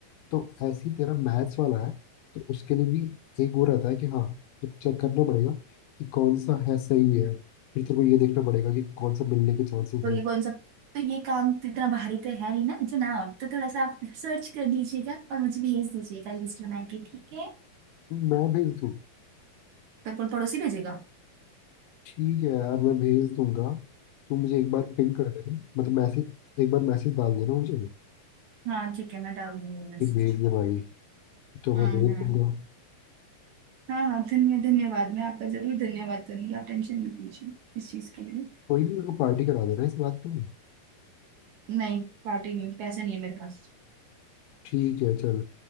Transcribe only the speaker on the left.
तो ऐसे ही तेरा मैथ्स वाला है तो उसके लिए भी एक वो रहता है कि हाँ तो चेक करना पड़ेगा कि कौन सा है सही है फिर तेरे को ये देखना पड़ेगा कि कौन सा मिलने के चांसेस
है
मैं भेज दूँ
ठीक है यार मैं भेज दूंगा तुम मुझे एक बार पिंग कर देना मतलब मैसेज एक बार मैसेज डाल देना मुझे
कि भेज दे भाई तो
मैं भेज
दूंगा
कोई नहीं मेरे को पार्टी करा देना इस बात पे
ठीक है चल